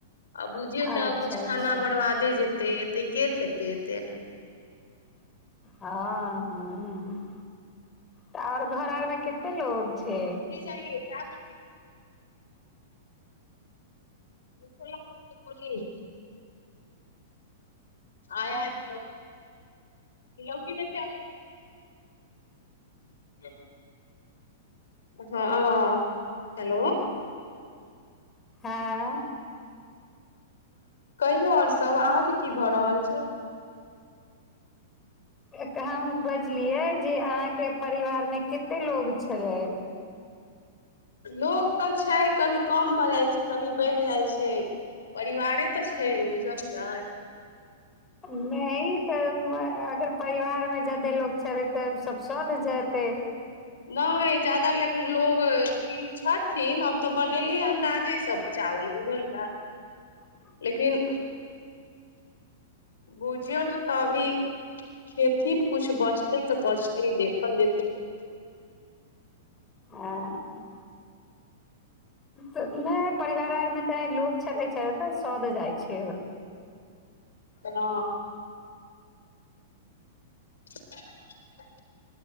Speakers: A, on the left; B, on the left.
A: आ बुझियौ
B: अच्छा
A: तऽ कछु
B: अच्छा
A: खाना बरबादे जेतेय एते के खेतै एते।
B: हँ हँ। तऽ और घर आरमे कते लोग छै?
A: च चावल। क करी आ याद लौ लौकी कस अल हँ हेलो
B: हँ
A: कहिनो आओर सब अहाँके की भऽ रहल छै।
B: ह हम बजलियै जे अहाँके परिवार मे कते लोग छलै।
A: लोको तऽ छै। कभी कम भऽ जाइ छै। कभी बढ़ि जाइ छै। य परिवारे तऽ छै। बुझलियै।
B: नहि तऽ अगर परिवारमे जा्यदे लोक छैबै तऽ सभ सध जेतै।
A: नहि जादाा ल लोग अभी छथिन। हम तऽ बनेली अन्दाजे सब चावल बुझल
B: ह <inaudible>
A: लेकिन बुझियौ ने तऽ अभी खेथिन कुछु बचतै तऽ बचतै देखल जेतै।
B: ह नहि परिवार आर मे तऽ लोक छलै छै। तऽ सध जाइत छै।
A: ह। <inaudible>